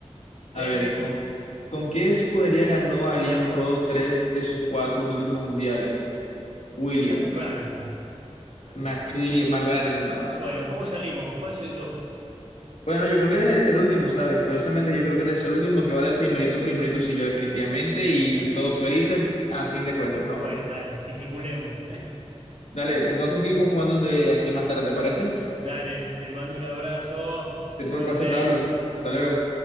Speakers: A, on the right; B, on the left.
A: Lele,
B: A ver, ¿con, con qué escudería ganó Allianz Prost tres de sus cuatro títulos mundiales? Williams,
A: Ferrari, McLaren.
B: McLe- McLaren, no, no,
A: Bueno,
B: no, compra.
A: ¿cómo salimos? ¿Cuál soy yo?
B: Bueno, yo creo que eres el, el último, ¿sabes? Curiosamente, yo creo que eres el último que va de primerito, primerito, sí, yo definitivamente, y
A: <laughs>
B: todos felices a fin de cuentas, ¿no?
A: Bueno, dale, disimulemos.
B: Dale, entonces seguimos jugando de así más tarde, ¿te parece?
A: <laughs> Dale, te mando un abrazo.
B: Siempre
A: Suerte.
B: un placer, Pablo. Hasta luego.